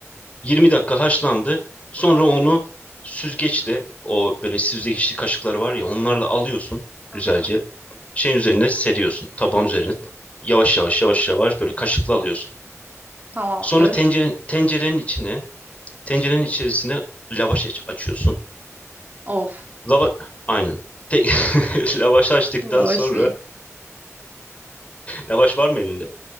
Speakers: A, on the left; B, on the right.
A: 20 dakika haşlandı. Sonra onu süzgeçle o böyle süzgeçli kaşıklar var ya onlarla alıyorsun güzelce.
B: Hı.
A: Şeyin üzerine seriyorsun. Tabağın üzerine yavaş yavaş yavaş yavaş böyle kaşıkla alıyorsun.
B: Tamamdır.
A: Sonra tencerenin, tencerenin içine, tencerenin içerisine lavaş aç- açıyorsun.
B: Of.
A: Lava, aynen. Te- <laughs> lavaş açtıktan
B: Lavaş
A: sonra,
B: iyi.
A: lavaş var mı elinde?